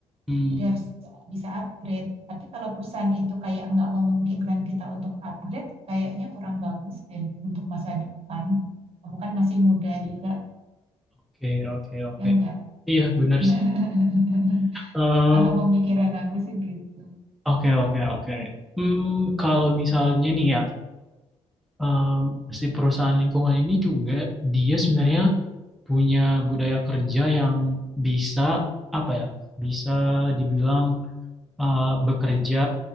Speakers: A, in the centre; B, on the right.
A: mm.
B: Jadi harus bisa upgrade. Tapi kalau perusahaan itu kayak nggak memungkinkan kita untuk upgrade, kayaknya kurang bagus deh untuk masa depan. Kamu kan masih muda juga,
A: Oke, oke, oke.
B: ya enggak?
A: Iya, benar
B: <laughs>
A: sih. Em,
B: kalau pemikiran aku sih gitu.
A: Oke, oke, oke. Hmm, kalau misalnya nih ya, em, si perusahaan lingkungan ini juga dia sebenarnya punya budaya kerja yang bisa apa ya? Bisa dibilang eh, bekerja